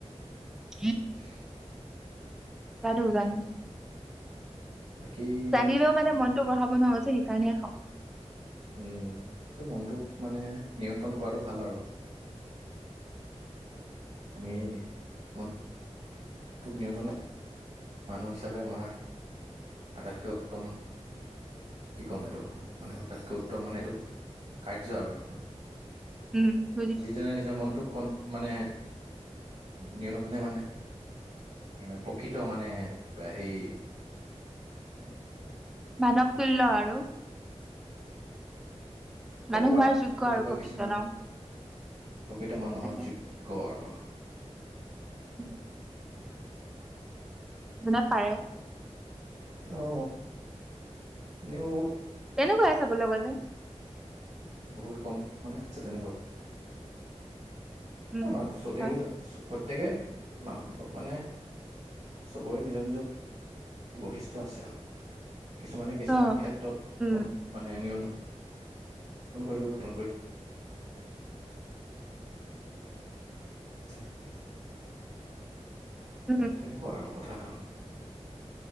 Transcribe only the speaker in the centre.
<inaudible>
জানো, জানো।
জানিলেও মানে
মনটো বঢ়াব নোৱাৰোঁ যে সে কাৰণে খাওঁ।
উম বুজিছো
মানৱ তুল্ল আৰু।
মানুহ
হোৱাৰ যোগ্য
আৰু প্ৰকৃত
ন
তাকে
উম জোনে পাৰে।
তেনেকুৱাই চাবলে গ'লে।
উম
হয়
অ
উম
উম